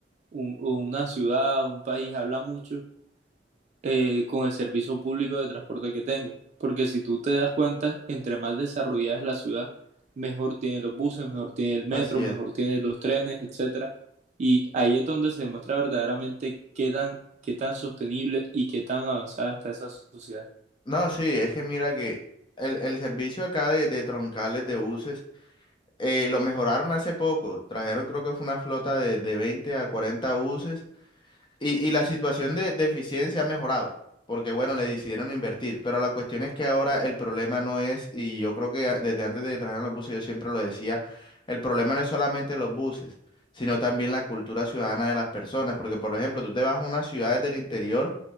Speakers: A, on the right (about 40°); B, on the left (about 25°).
A: un- o una ciudad, un país habla mucho eh, con el servicio público de transporte que tenga. Porque si tú te das cuenta, entre más desarrollada es la ciudad, mejor tiene los buses, mejor tiene el metro,
B: Así
A: mejor
B: es.
A: tiene los trenes, etcétera. Y ahí es donde se demuestra verdaderamente qué tan, qué tan sostenible y qué tan avanzada está esa sociedad.
B: No, sí, es que mira que el, el servicio acá de, de troncales de buses eh, lo mejoraron hace poco. Trajeron, creo que fue una flota de, de 20 a 40 buses Y, y la situación de, de eficiencia ha mejorado, porque bueno, le decidieron invertir, pero la cuestión es que ahora el problema no es, y yo creo que a- desde antes de que trajeran los buses, yo siempre lo decía, el problema no es solamente los buses, sino también la cultura ciudadana de las personas, porque por ejemplo, tú te vas a unas ciudades del interior